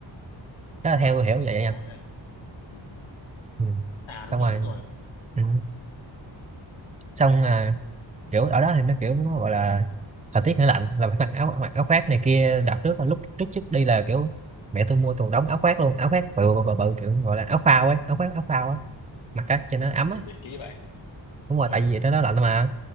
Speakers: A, on the right (about 15°); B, on the left (about 75°).
A: đó
B: Ủa,
A: là theo tôi hiểu vậy nha
B: Ủa thế à? Ừ. ừ.
A: ừ.
B: à
A: xong
B: đúng rồi
A: rồi
B: đúng rồi
A: ừ. xong à, kiểu ở đó thì nó kiểu nó gọi là thời tiết nó lạnh là phải mặc áo mặc áo khoác này kia đợt trước là lúc trước trước đi là kiểu mẹ tôi mua toàn đống áo khoác luôn áo khoác bự bự bự, bự kiểu gọi là áo phao ấy áo khoác áo phao á mặc cái cho nó
B: <laughs>
A: ấm
B: chuẩn
A: á
B: bị kỹ vậy
A: đúng rồi
B: ừ,
A: tại vì trên đó lạnh mà